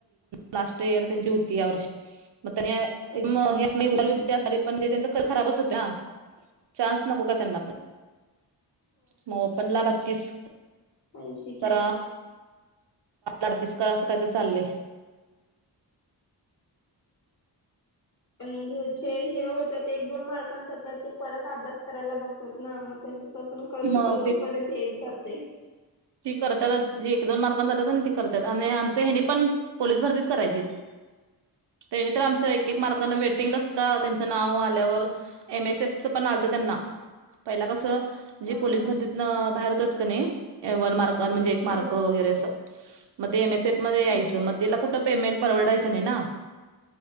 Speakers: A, on the right; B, on the left.
A: लास्ट इयर त्यांची होती या वर्षी मग त्यां हुशार
B: हम्म
A: विद्यार्थी
B: हम्म
A: पण जे त्यांच खराबच होत ना चान्स नको का त्यांना पण. मग ओपनला बत्तीस
B: पैसे की
A: करा अडतीस का असं चाललय.
B: आणि जे हे होत एक दोन मार्कां सतत ते परत अभ्यास करायला बघत ना मग त्यांच त पण करून
A: मग
B: करून
A: ते
B: पर्यंत एज जाते.
A: ती करतातच जी एक दोन मार्गने जातात ती करतात आणि आमचे हने पण पोलीस भरतीच करायचीत. त्यांनी तर आमं एक एक
B: हम्म
A: मार्काने
B: हम्म
A: वेटिंगला सुद्धा त्यां नाव आल्यावर एम एस एफ च पण आलत त्यांना पहिला कस जे
B: हा
A: पोलीस
B: हा
A: भरतीत बाहेर होतात का नाही एवन मार्क म्हणजे एक मार्क
B: हम्म
A: वगैरे अस ते एम एसएफ मध्ये यायचं
B: हा हम्म
A: मग त्याला कुठं पेमेंट परवडायचं नाही ना